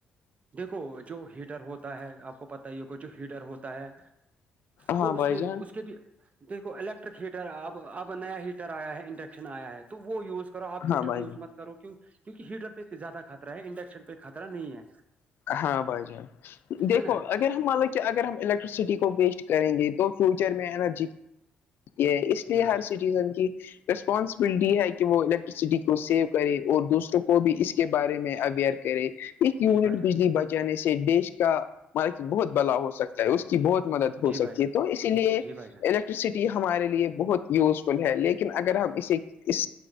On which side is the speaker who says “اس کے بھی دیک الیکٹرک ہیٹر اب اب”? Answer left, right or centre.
Right